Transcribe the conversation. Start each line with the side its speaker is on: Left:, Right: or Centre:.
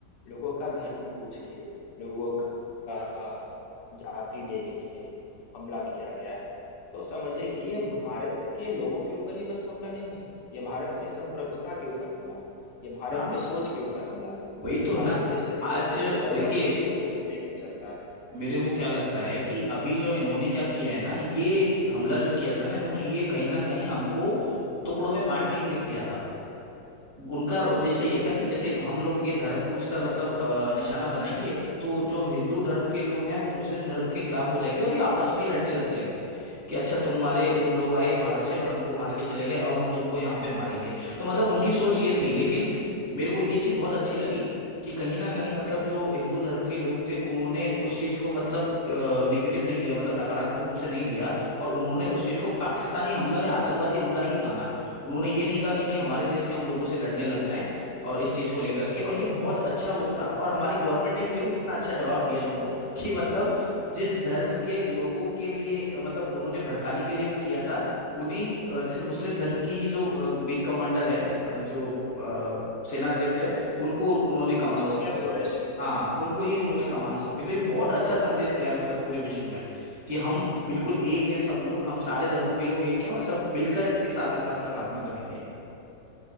Left: लोगों का धर्म पूछ के लोगों का जाति देख के हमला किया गया है तो समझिए कि ये भारत के लोगों के ऊपर ही बस हमला नहीं है ये भारत के संप्रभुता के ऊपर हमला है ये भारत
Right: हाँ
Left: के सोच के ऊपर हमला है
Right: वही
Left: कि
Right: तो
Left: भारत
Right: है ना
Left: जिस तरीके
Right: आज
Left: से हर
Right: देखिए
Left: वर्ग के लोगों को लेके चलता है
Right: मेरे को क्या लगता है कि अभी जो इन्होंने क्या किया है ना ये हमला जो किया था ना इन्होंने ये कहीं ना कहीं हमको टुकड़ों में बांटने के लिए किया था उनका उद्देश्य ये था कि जैसे हम
Left: जी
Right: लोग ये धर्म पूछकर मतलब अ, निशाना बनाएंगे तो जो हिंदू धर्म के लोग हैं वो मुस्लिम धर्म के खिलाफ हो जाएंगे और ये आपस में ही लड़ने लग जाएंगे कि अच्छा तुम्हारे उन लोग आए बाहर से और हमको मार के चले गए अब हम तुमको यहाँ पे मारेंगे तो मतलब उनकी सोच ये थी लेकिन मेरे को ये चीज़ बहुत अच्छी लगी कि कहीं ना कहीं मतलब जो हिंदू धर्म के लोग थे उन्होंने उस चीज़ को मतलब निगेटिव नहीं लिया मतलब नकारात्मक रूप से नहीं लिया और उन्होंने उस चीज़ को पाकिस्तानी हमला या आतंकवादी हमला ही माना उन्होंने ये नहीं कहा कि नहीं हमारे देश के हम लोगों से लड़ने लग जाएं और इस चीज़ को लेकर के और ये बहुत अच्छा वो था और हमारी गवर्नमेंट ने भी देखो कितना अच्छा जवाब दिया उनको <laughs> कि मतलब जिस धर्म के लोगों के लिए अ, मतलब उन्होंने भड़काने के लिए वो किया था उन्हीं अ, जैसे मुस्लिम धर्म की ही जो बिग कमांडर है अ, जो अ, सेनाध्यक्ष है उनको उन्होंने
Left: हाँ
Right: कमान
Left: सोफिया
Right: सौंपी
Left: कुरैशी
Right: हाँ उनको ही उन्होंने कमान सौंपी तो ये बहुत अच्छा संदेश गया है मतलब पूरे विश्व में कि हम बिल्कुल एक हैं सब लोग हम सारे
Left: जी
Right: धर्मों के लोग एक हैं और सब मिलकर इस आतंकवाद का खात्मा करेंगे